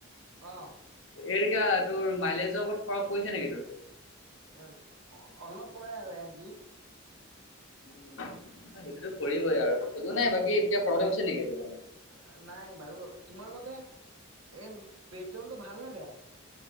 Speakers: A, on the right; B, on the left.
A: অ।
B: এইকেইটা তোৰ মাইলেজৰ ওপৰত ফৰক পৰিছে নেকি তোৰ?
A: এ এম অ অলপ পৰে আৰু এক, দুই।
B: উ সেইটোতো পৰিবই আৰু একো নাই, বাকী এয়া প্ৰব্লেম আছে নেকি এইটো কাৰনে?
A: আ নাই বাৰু, তোমাৰ মতে এ পেট্ৰলটো ভাল নে বেয়া?